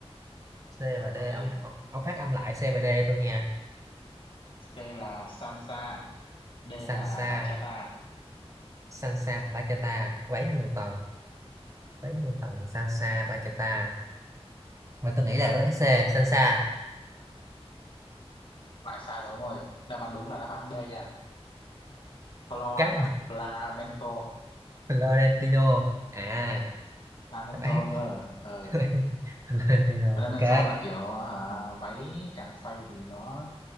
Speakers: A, on the right; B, on the left.
A: C và D
B: Chọn đi.
A: ông, ông ông phát âm lại C và D tôi nghe
B: C là salsa, D
A: Sansa
B: là bachata.
A: Sansa Bachata có nhiều tầng bán nhiều tầng Sansa Bachata và tôi nghĩ là
B: Ừ.
A: đáp án C Sansa
B: Lại sai rồi ông ơi. Đáp án đúng là đáp án B nha. Flo
A: cáp
B: nhầm
A: <laughs>
B: flamenco,
A: Florentino à
B: flamenco
A: đáp án
B: cơ. Ờ.
A: <laughs> đáp án Florentino
B: Flamenco
A: ok
B: là kiểu hả, váy càng xoay thì nó